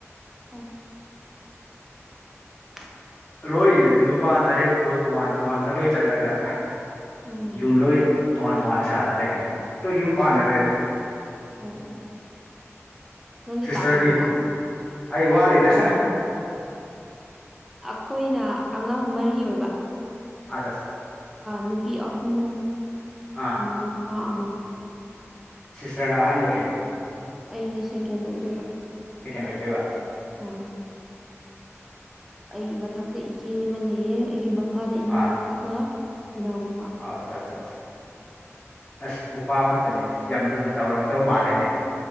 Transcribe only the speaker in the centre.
ꯑꯣ <unintelligible>
ꯎꯝ
ꯑꯣ ꯑꯣ ꯅꯪꯗꯤ
ꯄꯥꯝꯗ꯭ꯔꯤꯕ
ꯑꯩꯈꯣꯏꯅ ꯑꯉꯥꯡ ꯃꯔꯤ ꯑꯣꯏꯕ
ꯅꯨꯄꯤ ꯑꯍꯨꯝ
ꯅꯨꯄꯥ ꯑꯅ
ꯑꯩꯅ ꯁꯦꯀꯦꯟ ꯑꯣꯏꯗꯣꯏꯕ
ꯑꯥ ꯑꯩꯒꯤ ꯃꯊꯛꯇ ꯏꯆꯦ ꯑꯃ ꯂꯩꯌꯦ ꯑꯩꯒꯤ ꯃꯈꯥꯗ ꯏꯅꯥꯎꯅꯨꯄꯤꯒ
ꯏꯅꯥꯎꯅꯨꯄꯥ